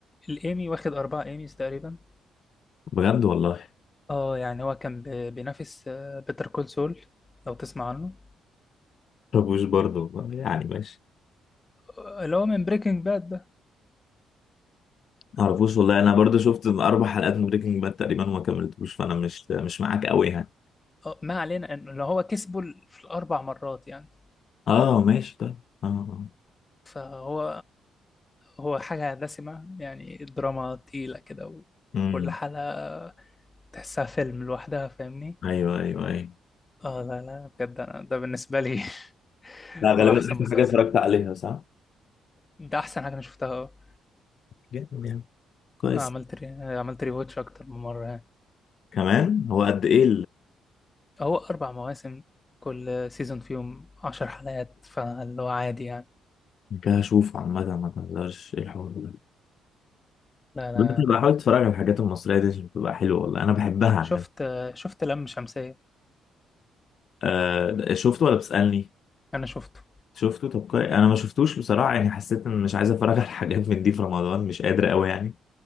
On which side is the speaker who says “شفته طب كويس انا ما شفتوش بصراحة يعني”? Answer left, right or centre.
Left